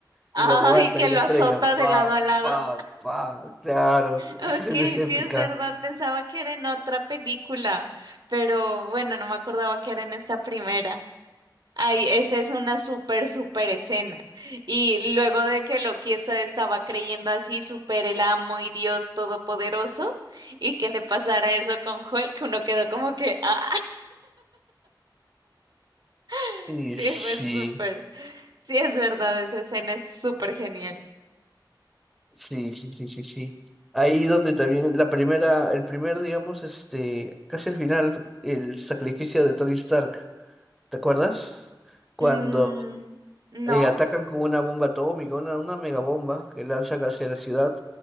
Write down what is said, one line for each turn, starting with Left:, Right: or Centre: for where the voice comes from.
Right: Ay,
Centre: y lo levanta
Right: que
Centre: y
Right: lo
Centre: la estrella.
Right: azota
Centre: Pa,
Right: de lado a lado.
Centre: pa, pa, claro, <laughs>
Right: Ok,
Centre: esa escena es épica.
Right: sí es verdad, pensaba que era en otra película, pero bueno, no me acordaba que era en esta primera. Ay, esa es una súper, súper escena. Y luego de que Loki esta- estaba creyendo así, súper el amo y Dios todopoderoso, y que le pasara eso con Hulk, uno quedó como que, ah, <laughs>
Centre: Y
Right: sí,
Centre: sí.
Right: fue súper. Sí es verdad, esa escena es súper genial.
Centre: Sí, sí, sí, sí, sí. Ahí donde también la primera, el primer, digamos, este, casi al final, el sacrificio de Tony Stark, ¿te acuerdas? Cuando
Right: Mm, ¿no?
Centre: eh, atacan con una bomba atómica, una, una megabomba que lanzan hacia la ciudad